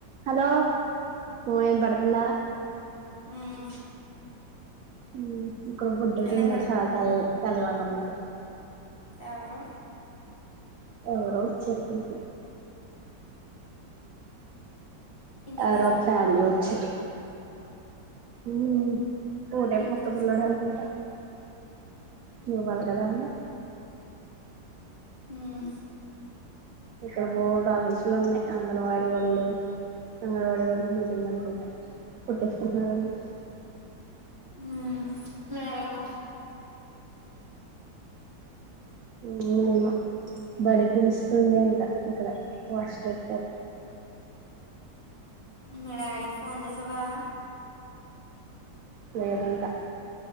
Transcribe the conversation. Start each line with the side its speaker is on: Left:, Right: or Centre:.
Right: Hello పో ఇనపడుతుందా
Left: అహ్
Right: ఉహ్ ఇక్కడ బుడ్డోడు
Left: వినపడుతుంది
Right: ఉన్నాడు చాలా తెల్ తెల్లాంగా ఉన్నాడు
Left: ఎవరు
Right: ఎవరో వచ్చారు ఇక్కడికి
Left: ఇంటికి
Right: ఎవరో
Left: తీసుకెళ్ళిపో
Right: ఒక ఫ్యామిలీ వచ్చారు. ఉహ్ హుహ్ తోటే
Left: ఇంటికి
Right: ఓక్క
Left: తీసుకెళ్
Right: పిల్లడు అనుకుంటా నువ్ ఆల్గదా అండం
Left: హహ్
Right: ఇక్కడ బోల్డ్ ఆఫీసులు ఉన్నాయి. అంగన్వాడీ వాళ్ళు అంగన్వాడీ వాళ్ళకి మీటింగ్ అనుకుంటా కుట్టేసుకున్నారళ్ళు.
Left: ఉహ్మ్ వెలకు
Right: ఇన్నే ఉన్న బడి పిలుస్తుంది అంట ఇక్కడ వాస్ట్రెటర్
Left: మీ డాడి ఫోన్ చేసవా
Right: లేదు ఇంకా